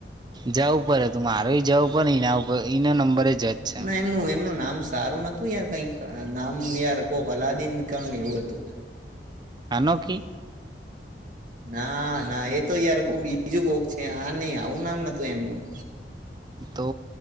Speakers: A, on the right; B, on the right.
A: જવું પડે હતું મારે જવું પડે એના ઉપર એના નંબરે જ છે
B: નહી એમનુ એમનું નામ સારું નતું યાર કઈ નામ યાર કો અલાદીન કણ એવું હતું
A: અનોખી
B: ના ના એ તો યાર કોક બીજું કોક છે આ નહ આવું નામ નતું એમનું
A: તો